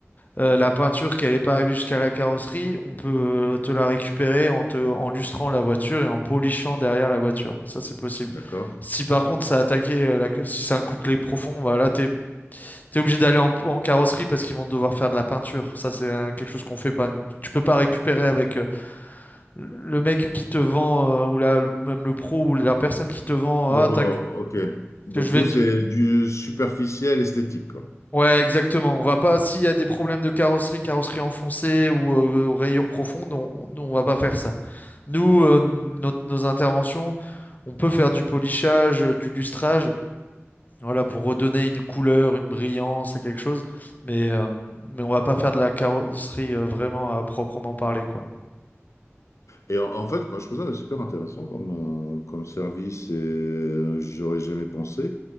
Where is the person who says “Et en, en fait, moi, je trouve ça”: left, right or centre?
Left